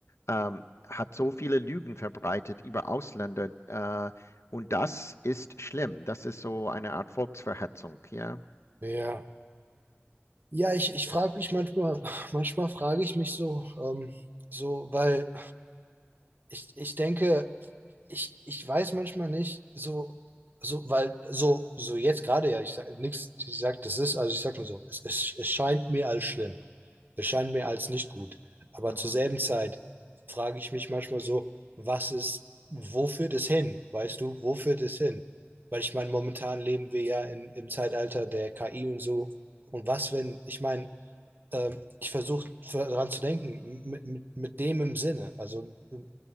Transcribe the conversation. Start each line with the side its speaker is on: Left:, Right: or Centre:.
Left: ähm, hat so viele Lügen verbreitet über Ausländer. Äh, und das ist schlimm. Das ist so eine Art Volksverhetzung. Ja,
Right: Ja. Ja, ich, ich frage mich manchmal, manchmal frage ich mich so, ähm, so, weil ich, ich denke, ich, ich weiß manchmal nicht, so, so, weil so, so jetzt gerade ja, ich sage nichts, ich sage, das ist, also ich sage nur so, es, es, es scheint mir als schlimm. Es scheint mir als nicht gut. Aber
Left: mhm.
Right: zur selben Zeit frage ich mich manchmal so, was ist, wo führt es hin? Weißt du, wo führt es hin? Weil ich meine, momentan leben wir ja in, im Zeitalter der KI und so. Und was, wenn, ich meine, ähm, ich versuche daran zu denken, mit, mit, mit dem im Sinne. Also, w-